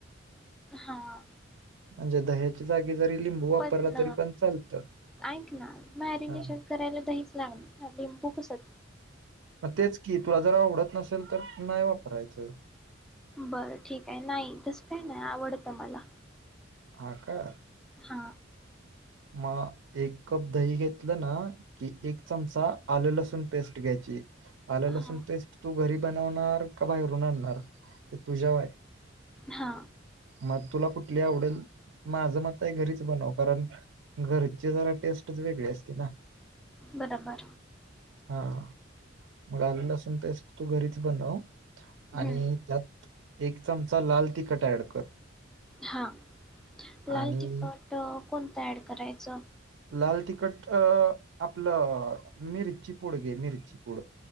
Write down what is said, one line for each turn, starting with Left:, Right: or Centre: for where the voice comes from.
Centre: हा..
Right: म्हणजे दह्याच्या जागी जरी? लिंबू वापरला
Centre: पण
Right: तरी चालतं
Centre: ऐक ना मॅरिनेशन
Right: हा
Centre: करायला दहीच लागणार ना लिंबू कशा
Right: म तेच की तुला जर आवडत.... नसेल तर नाय वापरायचं....
Centre: बर ठीके नाही तसं काही नाही आवडत मला.
Right: हा का
Centre: हा.
Right: म एक कप दही घेतलं ना की एक चमचा आल्ं लसूण पेस्ट घ्यायची. आलं
Centre: हां
Right: लसूण पेस्ट तू घरी बनवणार का बाहेरून आणणार ते तुझव हाय
Centre: हा
Right: मग तुला कुठली आवडल माज मत हाय घरीच बनव कारण घरची जरा टेस्ट वेगळीच असतीय ना
Centre: म डबा
Right: हा मग तू आले लसूण पेस्ट तू घरीच बनव
Centre: हं,
Right: आणि त्यात एक चमचा लाल टिकतं ऍड कर
Centre: हा लाला
Right: आणि
Centre: तिखट कोणता ऍड करायच
Right: लाल तिखट अ आपलं मिरची पूड घे मिरची पूड.